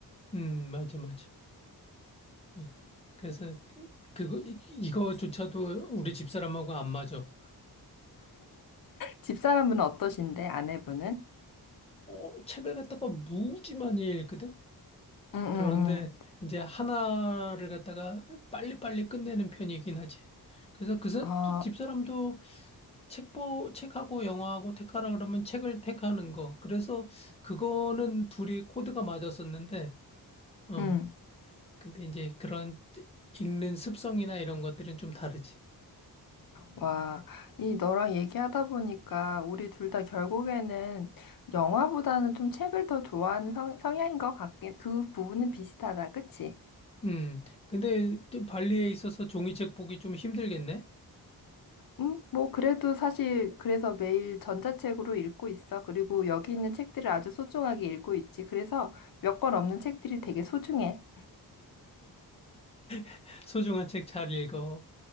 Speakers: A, on the left; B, on the left.
A: 음, 맞아, 맞아. 예. 그래서 그거 이- 이거조차도 우리 집사람하고 안 맞아.
B: 집사람은 어떠신데, 아내분은?
A: 어, 책을 갖다가 무지 많이 읽거든.
B: 응, 응,
A: 그런데
B: 응.
A: 이제 하나를 갖다가 빨리빨리 끝내는 편이긴 하지. 그래서 그 사-
B: 아,
A: 집사람도 책보 책하고 영화하고 택하라 그러면 책을 택하는 거. 그래서 그거는 둘이 코드가 맞았었는데, 어,
B: 응.
A: 근데 이제 그런 읽는 습성이나 이런 것들은 좀 다르지.
B: 와, 이 너랑 얘기하다 보니까 우리 둘 다 결국에는 영화보다는 좀 책을 더 좋아하는 성, 성향인 것 같긴, 그 부분은 비슷하다, 그치?
A: 음, 근데 또 발리에 있어서 종이책 보기 좀 힘들겠네?
B: 음, 뭐, 그래도 사실, 그래서 매일 전자책으로 읽고 있어. 그리고 여기 있는 책들을 아주 소중하게 읽고 있지. 그래서 몇 권 없는 책들이 되게 소중해.
A: <laughs> 소중한 책 잘 읽어.